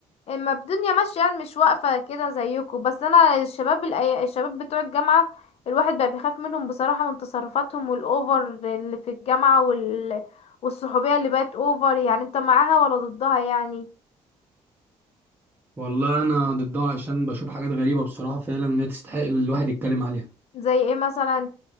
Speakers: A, on the left; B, on the right.
A: اما الدنيا ماشيه يعني مش واقفه كده زيكم بس انا الشباب الأي... الشباب بتوع الجامعه الواحد بقى بيخاف منهم بصراحه من تصرفاتهم والاوفر اللي في الجامعه وال... والصحوبيه اللي بقت اوفر يعني انت معاها ولا ضدها يعني
B: والله انا ضدها عشان بشوف حاجات غريبة بصراحة فعلا لا تستحق الواحد يتكلم عليها
A: زي ايه مثلا